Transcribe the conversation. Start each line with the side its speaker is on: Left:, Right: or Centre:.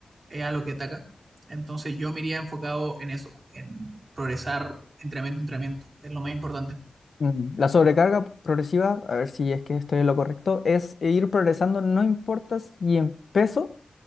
Right: eh, a lo que ataca. Entonces yo me iría enfocado en eso, en progresar entrenamiento, entrenamiento. Es lo más importante.
Left: Mm, La sobrecarga progresiva, a ver si es que estoy en lo correcto, es ir progresando, no importa si en peso